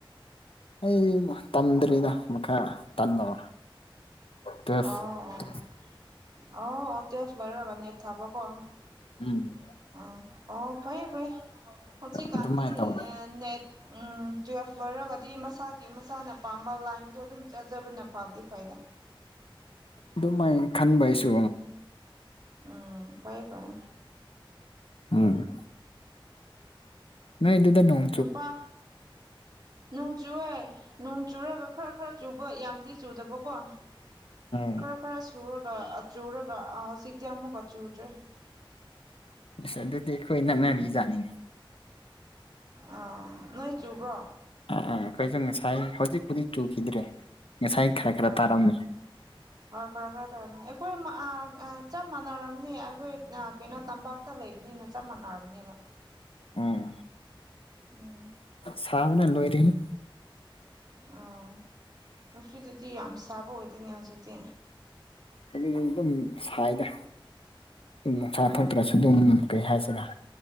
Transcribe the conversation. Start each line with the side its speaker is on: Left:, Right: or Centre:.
Left: ꯑꯩ ꯇꯝꯗ꯭ꯔꯤꯗ ꯃꯈꯥ ꯇꯜꯂꯕ ꯇꯨꯋꯦꯜꯐ
Right: ꯑꯣ ꯑꯣ ꯑꯣ ꯑꯣ ꯇ ꯐ ꯂꯔ ꯔꯔꯕ ꯅꯦꯠ ꯊꯕ ꯀꯣ
Left: ꯎꯝ
Right: ꯑ ꯑꯣ ꯐꯩꯌꯦꯦ ꯐꯌꯦꯦ ꯑꯣꯖꯤ ꯀꯥꯟꯗꯤ
Left: ꯑꯗꯨꯃꯥꯏꯅ ꯇꯧꯋꯦ
Right: ꯅꯦꯠ ꯎ ꯇꯨꯋꯜꯐ ꯂꯧꯔꯒꯗꯤ ꯃꯁꯥꯒꯤ ꯃꯁꯥꯅ ꯄꯥꯝꯕ ꯂꯥꯏꯟꯗꯣ ꯑꯗꯨꯝ ꯆꯥꯖꯕꯅ ꯐꯕꯗꯤ ꯐꯩꯗ
Left: ꯑꯗꯨꯃꯥꯏ ꯈꯟꯕ ꯍꯥꯏꯁꯨ
Right: ꯎꯝ ꯐꯌꯦꯦ ꯐꯔꯦ
Left: ꯎꯝ ꯅꯣꯏ ꯑꯗꯨꯗ ꯅꫭꯡ
Right: ꯅꯨꯄꯥ ꯅꯣꯡ ꯆꯨꯑꯦ ꯅꯣꯡ ꯆꯨꯔꯒ ꯈꯔ ꯈꯔ ꯆꯨꯕ ꯌꯥꯝꯗꯤ ꯆꯨꯗꯕꯀꯣ
Left: ꯎꯝ
Right: ꯈꯔ ꯈꯔ ꯁꯨꯔꯒ ꯑꯆꯨꯔꯒ ꯍꯧꯖꯤꯛꯇꯤ ꯑꯃꯨꯛꯀ ꯆꯨꯗ꯭ꯔꯦ
Left: ꯑꯁ ꯑꯗꯨꯗꯤ ꯑꯩꯈꯣꯏ ꯅꯛꯅꯔꯤꯖꯥꯠꯅꯤꯅꯦ
Right: ꯑꯥ ꯅꯣꯏ ꯆꯨꯕ꯭ꯔꯣ
Left: ꯑꯥ ꯑꯩꯈꯩꯁꯨ ꯉꯁꯥꯏ ꯍꯧꯖꯤꯛꯄꯨꯗꯤ ꯆꯨꯈꯤꯗ꯭ꯔꯦ ꯉꯁꯥꯏ ꯈꯔ ꯈꯔ
Right: ꯑꯥ
Left: ꯇꯥꯔꯝꯃꯦ <inaudible>
Right: ꯍꯣꯏ ꯈꯔ ꯈꯔ ꯇꯧꯔꯝꯃꯦ ꯑꯩꯈꯣꯏ ꯆꯞ ꯃꯥꯟꯅꯔꯝꯅꯦ ꯑꯩꯈꯣꯏ ꯀꯩꯅꯣ ꯇꯝꯄꯥꯛ ꯇ ꯂꯩꯕꯅꯤꯅ ꯆꯞ ꯃꯥꯟꯅꯔꯝꯅꯦꯕ
Left: ꯎꯝ
Right: ꯎꯝ
Left: ꯁꯥꯕꯅ ꯂꯣꯏꯔꯦꯍꯩ
Right: ꯑꯣ ꯅꯅꯨꯡꯁꯤꯗꯨꯗꯤ ꯌꯥꯝ ꯁꯥꯕ ꯑꯣꯏꯗꯣꯏꯅꯦ ꯍꯧꯖꯤꯛꯇꯤ
Left: ꯑ ꯑꯗꯨꯝ ꯁꯥꯏꯗ ꯑꯗꯨꯝ ꯃꯆꯥ
Right: ꯑꯣ
Left: ꯊꯣꯛꯇ꯭ꯔꯁꯨ ꯑꯗꯨꯝ ꯀꯩ ꯍꯥꯏꯁꯤꯅ